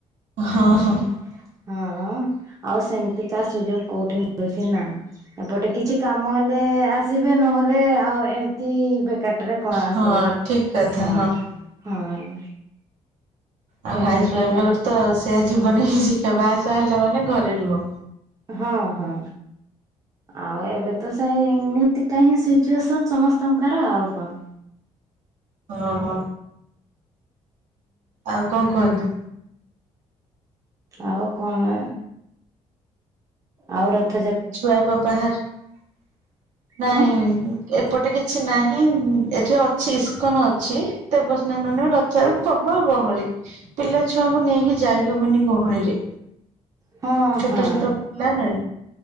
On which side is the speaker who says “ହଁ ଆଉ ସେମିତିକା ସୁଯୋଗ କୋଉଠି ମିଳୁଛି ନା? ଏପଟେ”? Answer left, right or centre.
Right